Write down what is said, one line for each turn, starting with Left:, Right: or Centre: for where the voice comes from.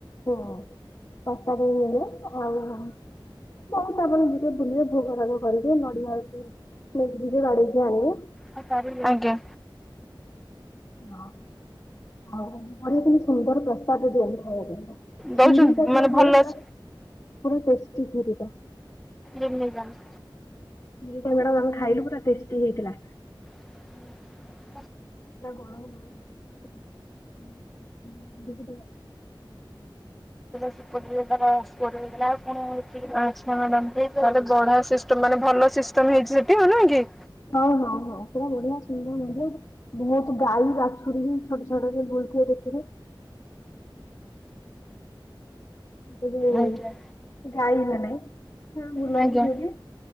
Left: ହୁଁ ପ୍ରସାଦ ଦେଲେ ଆଉ ହଁ। ବହୁତୁ ଆପଣ ଯିବେ ବୁଲିବେ ଭୋଗରାଗ କରିବେ ନଡିଆ ଆଛି ନେଇକି ଯିବେ ବାଡେଇକି ଆଣିବେ।
Centre: ହଁ ସାରିଲେ ଆଜ୍ଞା।
Left: ହଁ ଆଉ ଅଡେଇ କିମିତି ସୁନ୍ଦର ପ୍ରସାଦ ଦିଅନ୍ତି। ଖିରି
Centre: ଦଉଛନ୍ତି
Left: ଟା
Centre: ମାନେ
Left: ଯୋଉ ହୁଏ
Centre: ଭଲ
Left: ପୁରା ପୁରା ଟେଷ୍ଟି ଖିରି ଟା।
Centre: ଦିଲ୍ଲୀ ବ୍ରାଞ୍ଚ।
Left: ଖିରିଟା ମଡାମ୍ ଆମେ ଖାଇଲୁ ପୁରା ଟେଷ୍ଟି ହେଇଥିଲା।
Centre: <inaudible>
Left: ସେଟା ଗରମ ନଗର।
Centre: ଶିତଦିନରେ ତାର ପୁଅଟେ ହେଇଥିଲା ପୁଣି ଵଢା ଅଛି। <inaudible> ତମାନେ ଭଲ ସିଷ୍ଟମ ହେଇଚି ହେଟି ନୁହେଁ କି।
Left: ହଉ ହଉ ହଉ ବଢିଆ ସୁନ୍ଦର ମଧ୍ୟ। ବୋହତୁ ଗାଈ ବା ଛୁରୀ ଛୋଟ ଛୋଟ ଯୋଉ ବୁଲୁଥୁବେ ଦେଖିବେ। ସେ ଯୋଉ
Centre: ଆଜ୍ଞା
Left: ଗାଈ ମାନେ ସେ ବୁଲନ୍ତି
Centre: ଆଜ୍ଞା
Left: ସେଠି।